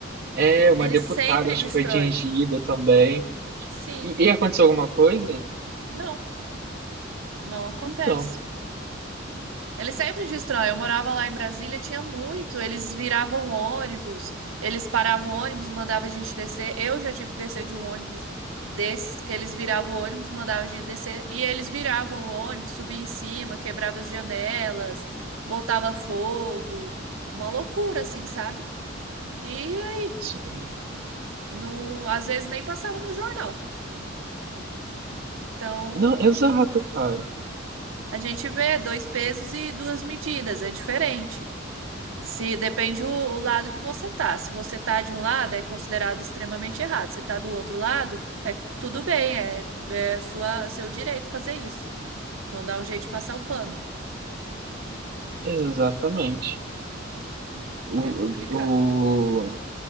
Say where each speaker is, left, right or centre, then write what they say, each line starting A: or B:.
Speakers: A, on the right; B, on the right.
A: É, uma
B: Eles
A: deputada,
B: sempre
A: acho
B: destroem.
A: que foi atingida também.
B: Sim,
A: E, e aconteceu alguma coisa?
B: não, não acontece.
A: Então,
B: Eles sempre destroem. Eu morava lá em Brasília, tinha muito. Eles viravam ônibus, eles paravam ônibus, mandavam a gente descer. Eu já tive que descer de um ônibus desses, que eles viravam o ônibus, mandavam a gente descer. E eles viravam o ônibus, subia em cima, quebrava as janelas, botava fogo. Uma loucura, assim, sabe? E aí,
A: sim.
B: não, às vezes nem passava no jornal. Então,
A: Não, exato, cara.
B: a gente vê dois pesos e duas medidas, é diferente. Se depende o, o lado que você tá. Se você tá de um lado, é considerado extremamente errado. Se tá do outro lado, é tudo bem, é, é sua, seu direito fazer isso. Não dá um jeito de passar o pano.
A: Exatamente. O,
B: É complicado.
A: o,